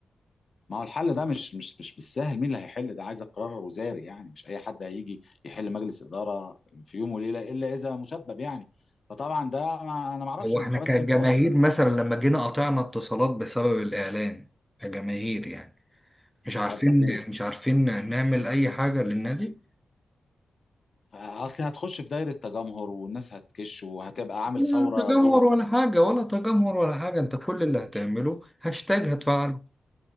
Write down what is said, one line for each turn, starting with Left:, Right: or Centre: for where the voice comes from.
Left: ما هو الحل ده مش مش مش بالسهل مين اللي هيحل ده عايز قرار وزاري يعني مش اي حد هيجي يحل مجلس اداره في يوم وليله الا اذا مسبب يعني فطبعا ده ما انا ما اعرفش
Centre: هو
Left: الانتخابات
Centre: احنا كجماهير
Left: امتى اصلا
Centre: مثلا لما جينا قطعنا اتصالات بسبب الاعلان كجماهير يعني مش عارفين
Left: اه اتبهدلوا
Centre: مش عارفين نعمل اي حاجه للنادي
Left: اصل هتخش في دايره تجمهر والناس هتكش وهتبقى عامل
Centre: لا
Left: ثوره
Centre: تجمهر
Left: جوه
Centre: ولا حاجة ولا تجمهر ولا حاجة انت كل اللي هتعمله هاشتاج هتفعله